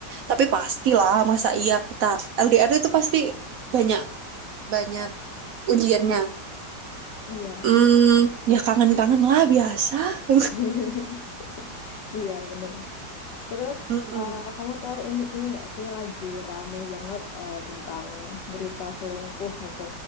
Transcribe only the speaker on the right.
tapi pastilah masa iya kita LDR itu pasti banyak banyak ujiannya
hmm, ya kangen-kangen lah biasa <laughs>
Mm-mm.